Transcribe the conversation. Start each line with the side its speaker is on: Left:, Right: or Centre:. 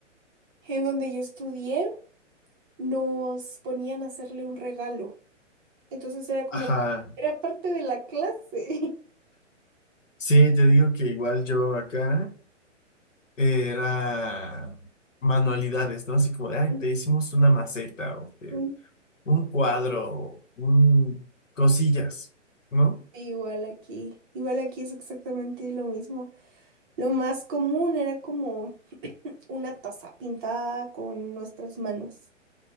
Right: en donde yo estudié, nos ponían a hacerle un regalo. Entonces era como,
Left: Ajá,
Right: era parte de la clase.
Left: sí, te digo que igual yo acá eh, era manualidades, ¿no? Así como, de, ay,
Right: <laughs>
Left: te hicimos una maceta o que
Right: Ujú.
Left: un cuadro, o un cosillas, ¿no?
Right: Igual aquí, igual aquí es exactamente lo mismo. Lo más común era como una taza pintada con nuestras manos.